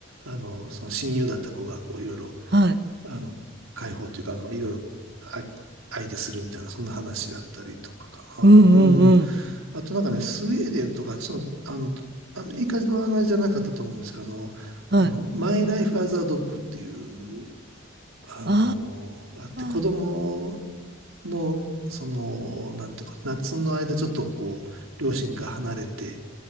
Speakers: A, on the right; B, on the right.
A: あの、その親友だった子がこういろいろ、
B: はい。
A: あの、解放というか、あの、いろいろ、あ、相手するみたいな、そんな話だったりとかかな。
B: うんうんうん、
A: うん。あとなんかね、スウェーデンとか、ちょっと、あの、アメリカの話じゃなかったと思うんですけど、あの、
B: はい。
A: あの、マイ・ライフ・アザー・ドッグっていうあのあって、
B: あ
A: 子供
B: あ、
A: の、その、なんていうか、夏の間ちょっとこう、両親から離れて、